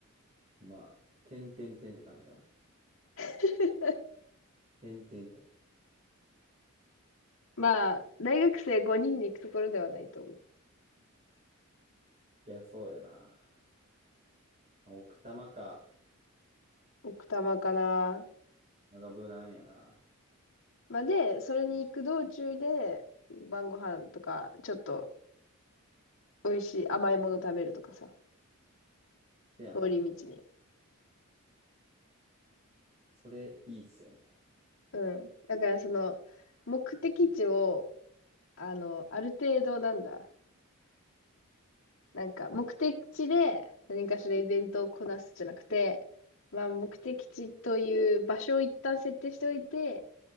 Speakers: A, on the right (about 30°); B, on the left (about 65°).
A: まあ、てんてんてんって感じかな。
B: <laughs>
A: てんてんてん。
B: まあ、大学生5人で行くところではないと思う。
A: いや、そうやな。まあ奥多摩か。
B: 奥多摩かな。
A: まがブラやな。
B: まあ、で、それに行く道中で、晩ご飯とか、ちょっと美味しい甘いもの食べるとかさ、
A: せやな。
B: 通り道に。
A: それいいっすよね。
B: うん。だから、その、目的地を、あの、ある程度なんだ。なんか、目的地で何かしらイベントをこなすじゃなくて、まあ、目的地という場所を一旦設定しておいて、